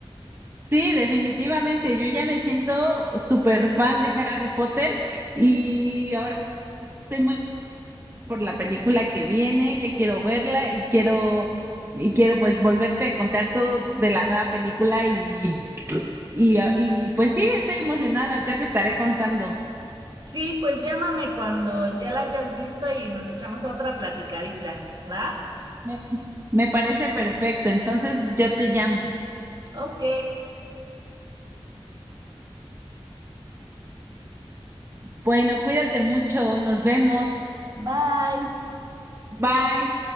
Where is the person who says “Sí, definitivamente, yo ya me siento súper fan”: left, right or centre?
Right